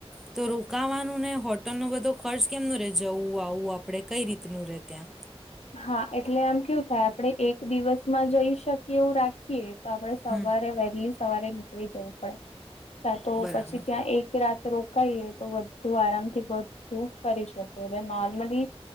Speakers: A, in the centre; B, on the left.
A: તો રોકાવાનું ને હોટલ નો બધો ખર્ચ કેમનું રે જવું આવું આપડે કઈ રીતનું રે ત્યાં?
B: હા એટલે આમ કેયુ થાય આપડે એક દિવસમાં જઈ શકીએ એવું રાખીએ તો આપડણે સવારે
A: હમ
B: વહેલી સવારે નીકળી જવું પડે કા તો
A: બરાબર
B: પછી ત્યાં એક રાત રોકાઈએ તો બધુ આરામ થી બધું કરી શકે એટલે નોર્મલી